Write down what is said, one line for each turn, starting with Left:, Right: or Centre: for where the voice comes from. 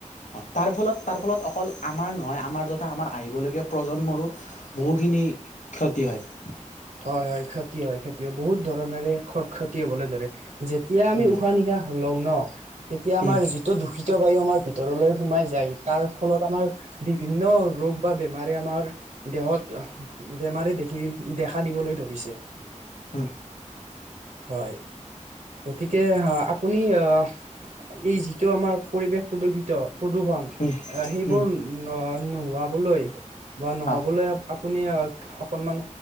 Left: অ, তাৰ ফলত-তাৰ ফলত অকল আমাৰ নহয় আমাৰ যথা আমাৰ আহিবলগীয়া প্ৰজন্মৰো বহুখিনি ক্ষতি হয়।
Right: হয়-হয় ক্ষতি হয়, ক্ষতি হয় বহুত ধৰণৰে ক্ষতি হবলৈ ধৰে যেতিয়া আমি
Left: উম
Right: উশাহ - নিশাহ লও ন'তেতিয়া আমাৰ
Left: উম
Right: যি টো দূষিত বায়ু আমাৰ ভিতৰলৈ সোমাই যায় তাৰ ফলত আমাৰ বিভিন্ন ৰোগ বা বেমাৰে আমাৰ দেহত বেমাৰে দেখি দেখা দেখা দিবলৈ ধৰিছে
Left: উম
Right: হয়। গতিকে হা আপুনি আহ এই যিটো আমাৰ পৰিৱেশ প্ৰদূষিত প্ৰদূষণ এ
Left: উম
Right: সেইবোৰ
Left: উম
Right: ন' নোহোৱাবলৈ বা নহবলৈ
Left: হা
Right: আপুনি অ' অকনমান